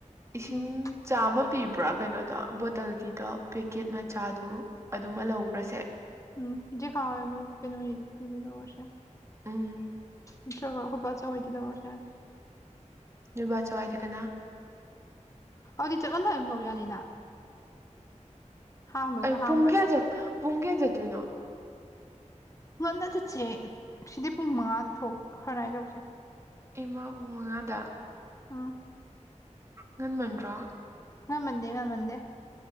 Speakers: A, on the right; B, on the left.
A: ꯏꯁꯤꯡ
B: ꯎꯝ
A: ꯆꯥꯝꯃ ꯄꯤꯕ꯭ꯔꯥ ꯀꯩꯅꯣꯗꯣ ꯕꯣꯇꯜꯒꯤꯗꯣ ꯄꯦꯛꯀꯦꯠ ꯃꯆꯥꯗꯣ ꯑꯗꯨꯃ ꯂꯧꯈ꯭ꯔꯁꯦ
B: ꯎꯝ ꯖꯦꯈꯥꯎ ꯃꯣꯏ ꯀꯩꯅꯣꯏꯗꯨꯗꯩ ꯂꯧꯔꯁꯦ
A: ꯎꯝ
B: ꯅꯠꯇ꯭ꯔꯒ ꯑꯩꯈꯣꯏ ꯕꯆꯧꯍꯣꯏꯗꯩ ꯂꯧꯔꯁꯨ ꯌꯥꯅꯤ
A: ꯅꯣꯏꯕꯆꯧ ꯍꯥꯏꯗꯤ ꯀꯅꯥ
B: ꯑꯗꯨꯗꯤ ꯆꯠꯂꯝ ꯗꯥꯏ ꯑꯗꯨꯝ ꯂꯧ ꯌꯥꯅꯤꯅ ꯍꯥꯡꯗꯣꯏꯔꯥ
A: ꯑꯩ
B: ꯍꯥꯡꯉꯣꯏ
A: ꯄꯨꯡ ꯀꯌꯥꯠ ꯄꯨꯡ ꯀꯌꯥ ꯆꯠꯇꯣꯏꯅꯣ
B: ꯉꯟꯅ ꯆꯠꯁꯦ ꯁꯤꯗꯤ ꯄꯨꯡ ꯃꯉꯥꯗ ꯊꯣꯛ <unintelligible> ꯇꯧꯁꯦ
A: ꯏꯃꯥ ꯄꯨꯡ ꯃꯉꯥꯗ
B: ꯎꯝ
A: ꯉꯟꯃꯟꯗ꯭ꯔꯣ
B: ꯉꯟꯃꯟꯗꯦ ꯉꯟꯃꯟꯗꯦ